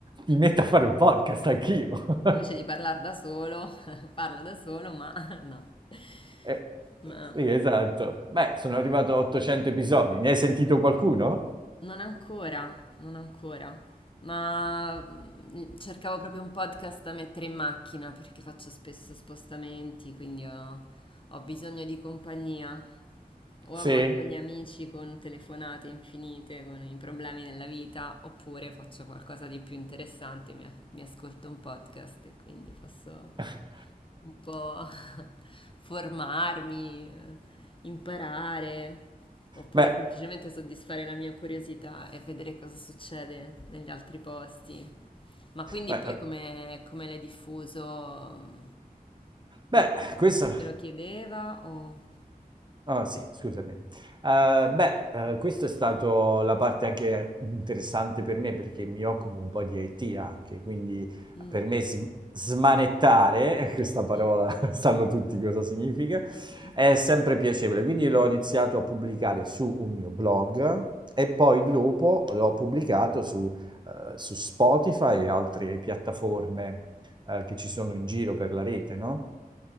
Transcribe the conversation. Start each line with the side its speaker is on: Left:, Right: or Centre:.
Right: mi metto a fare un podcast anch'io. <laughs>
Left: Invece di parlare da solo, <laughs> parlo da solo, ma <laughs>
Right: Eh,
Left: no.
Right: sì, esatto. Beh, sono arrivato a 800 episodi. Ne hai sentito qualcuno?
Left: Non ancora, non ancora, ma mm, cercavo proprio un podcast da mettere in macchina perché faccio spesso spostamenti, quindi ho, ho bisogno di compagnia. O
Right: Sì.
Left: amo con gli amici con telefonate infinite, con i problemi della vita, oppure faccio qualcosa di più interessante, mi, mi ascolto un podcast e quindi posso
Right: <laughs>
Left: un po' <laughs> formarmi, eh, imparare, oppure
Right: Beh,
Left: semplicemente soddisfare la mia curiosità e vedere cosa succede negli altri posti. Ma quindi
Right: beh,
Left: poi come, come l'hai diffuso? mm,
Right: beh,
Left: Per,
Right: questo
Left: a chi te lo chiedeva? O...
Right: Ah sì, scusami. Eh, beh, eh, questa è stata la parte anche interessante per me perché mi occupo un po' di IT anche, quindi
Left: Mm,
Right: per me sm- smanettare, <laughs> questa parola
Left: mm,
Right: <laughs> sanno tutti cosa significa,
Left: mhm.
Right: è sempre piacevole. Quindi l'ho iniziato a pubblicare su un mio blog e poi dopo l'ho pubblicato su, eh, su Spotify e altre piattaforme, eh, che ci sono in giro per la rete, no?